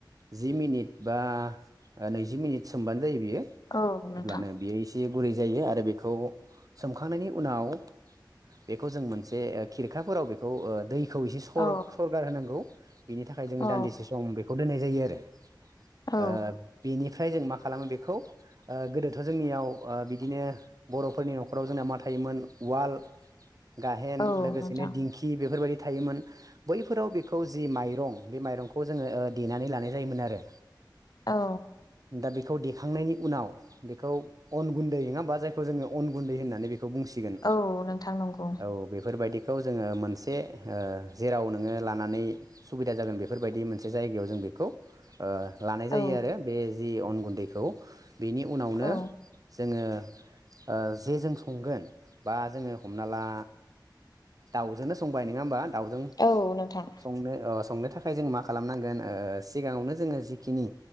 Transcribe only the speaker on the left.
औ नोंथां
औ
औ
औ
औ
नोंथां
औ
औ नोंथां नंगौ
औ
औ
औ नोंथां